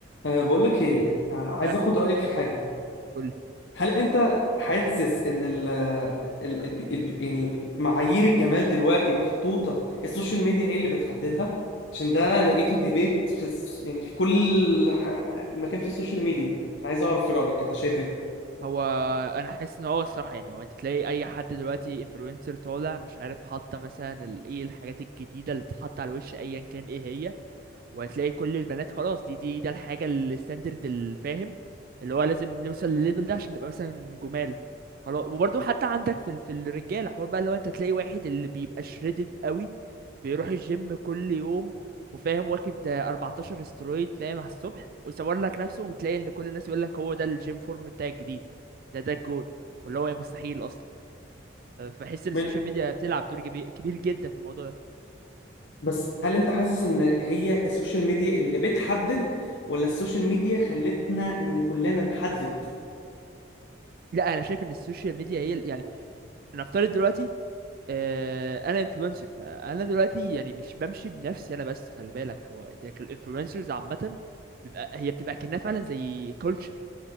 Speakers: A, on the left; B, on the right.
A: أه بقول لك ايه أه عايز
B: اه
A: اخد رايك في حاجه
B: قولي
A: هل انت حاسس ان ال ال ال ال يعني معايير الجمال دلوقتي محطوطه السوشيال ميديا هي اللي بتحددها عشان ده لقيته ديبيت في الس- يعني في كل ح- ح- مكان في السوشيال ميديا أنا عايز اعرف في رايك انت شايف ايه
B: هو انا حاسس ان هو الصراحه يعني هو انت تلاقي اي حد دلوقتي انفلونسر طالع مش عارف حاطه مثلا ال- ايه الحاجات الجديده اللي بتتحط على الوش ايا كان ايه هي وهتلاقي كل البنات خلاص دي دي ده الحاجة الستاندرد الفاهم اللي هو لازم نوصل للليفل ده عشان نبقى مثلا جمال خلاص وبرضه حتى عندك في ال- في الرجالة حوار بقى لو انت تلاقي واحد اللي بيبقى شريدد قوي بيروح الجيم كل يوم وفاهم واخد 14 استرويد فاهم على الصبح ويصور لك نفسه وتلاقي ان كل الناس يقول لك هو ده الجيم فورم بتاع الجديد ده ده الجول واللي هو مستحيل اصلا بحس ان
A: مش-
B: السوشيال ميديا بتلعب دور جبي- كبير جدا في الموضوع ده
A: بس هل انت حاسس ان هي السوشيال ميديا اللي بتحدد ولا السوشيال ميديا خلتنا ان كلنا نحدد
B: لا انا شايف ان السوشيال ميديا هي ال- يعني نفترض دلوقتي آه، انا انفلونسر فانا دلوقتي يعني مش بمشي بنفسي انا بس خلي بالك هو يعني الانفلونسرز عامه بيبقى هي بتبقى كأنها فعلا زي كلتشر